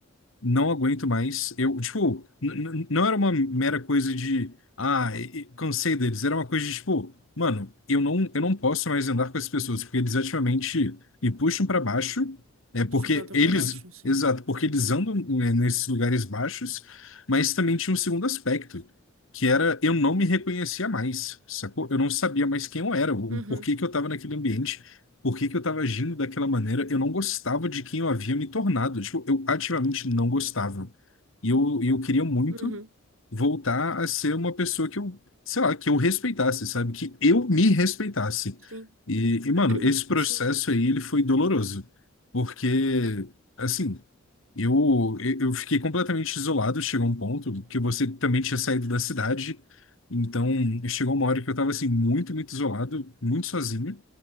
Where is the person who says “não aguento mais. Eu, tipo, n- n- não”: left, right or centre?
Left